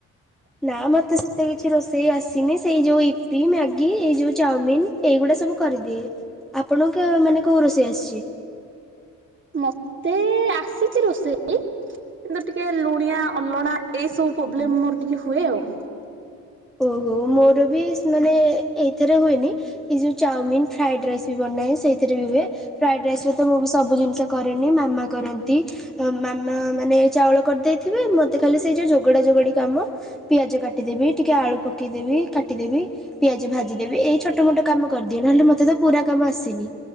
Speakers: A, in the centre; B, on the right.
A: ନା ମତେ ସେତେ କିଛି ରୋଷେଇ ଆସିନି ସେଇ ଯୋଉ ଇପି ମ୍ୟାଗି ଏଇ ଯୋଉ ଚାଉମିନ ଏଇଗୁଡ଼ା ସବୁ କରିଦିଏ। ଆପଣଙ୍କୁ ମାନେ କେଉଁ ରୋଷେଇ ଆସିଛି?
B: ମତେ ଆସିଛି ରୋଷେଇ କିନ୍ତୁ ଟିକେ ଲୁଣିଆ ଅଲଣା ଏଇ ସବୁ ପ୍ରୋବ୍ଲେମ ମୋର ଟିକେ ହୁଏ ଆଉ।
A: ଓହୋ ମୋର ବି ସ୍ ମାନେ ଏଇଥିରେ ହୁଏନି ଏ ଯେଉଁ ଚାଉମିନ ଫ୍ରାଏଡ଼ ରାଇସ୍ ବି ବନାଏ ସେଇଥିରେ ବି ହୁଏ। ଫ୍ରାଏଡ ରାଇସରେ ତ ମୁଁ ବି ସବୁ ଜିନିଷ କରେନି ମାମା କରନ୍ତି। ମାମା ମାନେ ଚାଉଳ କରିଦେଇଥିବେ ମତେ ଖାଲି ସେଇ ଯୋଉ ଜୋଗଡା ଜୋଗଡି କାମ ପିଆଜ କାଟିଦେବି ଟିକେ ଆଳୁ ପକେଇଦେବି କାଟିଦେବି ପିଆଜ ଭାଜିଦେବି ଏଇ ଛୋଟ ଛୋଟ ମୋଟ କାମ କରିଦିଏ ନହେଲେ ମତେ ତ ପୁରା କାମ ଆସିନି